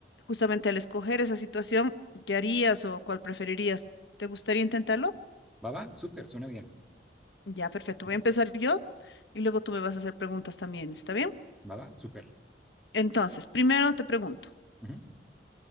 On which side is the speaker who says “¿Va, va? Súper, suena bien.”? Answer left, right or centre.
Centre